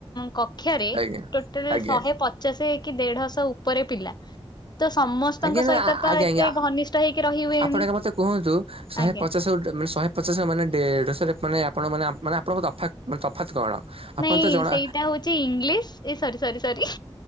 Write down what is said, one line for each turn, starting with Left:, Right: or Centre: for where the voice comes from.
Left: କକ୍ଷରେ
Right: ଆଜ୍ଞା।
Left: ଟୋଟାଲ
Right: ଆଜ୍ଞା
Left: ଶହେପ ଚା ସେ କି ଦେଢଶହ ଉପରେ ପିଲା ତ ସମସ୍ତଙ୍କ
Right: ଆଜ୍ଞା ନା
Left: ସହିତ ତ
Right: ଆଜ୍ଞା
Left: ଏତେ
Right: ଆଜ୍ଞା
Left: ଘନିଷ୍ଠ ହେଇକି ରହି ହୁଏନି
Right: ଆପଣ ଆଗେ ମତେ କୁହନ୍ତୁ ଶହେ
Left: ଆଜ୍ଞା
Right: ପଚାଶ ମାନେ ଶହେ ପଚାସେ ମାନେ ଦେଢ଼ଶହ ମାନେ ଆପଣ ମାନେ ମାନେ ଆପଣଙ୍କ ତଫାତ୍ ମାନେ ତଫାତ୍ କଣ? ଆପଣ
Left: ନାଇଁ
Right: ତ ଜଣା
Left: ସେଇଟା ହଉଛି ଇଂଲିଶ ସରି ସରି ସରି